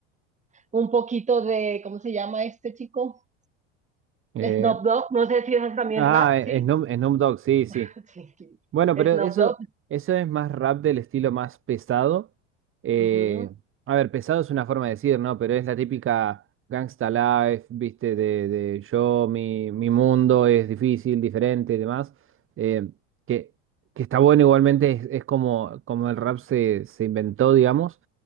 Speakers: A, on the right; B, on the right.
A: un poquito de, ¿cómo se llama este chico?
B: Eh,
A: Snoop Dogg, no sé si es también
B: ah,
A: rap, sí.
B: Snoop, Snoop Dogg, sí, sí.
A: <laughs> Sí, sí.
B: Bueno, pero
A: Snoop
B: eso,
A: Dogg.
B: eso es más rap del estilo más pesado. Eh,
A: Ujú,
B: a ver, pesado es una forma de decir, ¿no? Pero es la típica Gangsta Life, viste, de, de yo, mi, mi mundo es difícil, diferente y demás. Eh, que, que está bueno igualmente, es, es como, como el rap se, se inventó, digamos.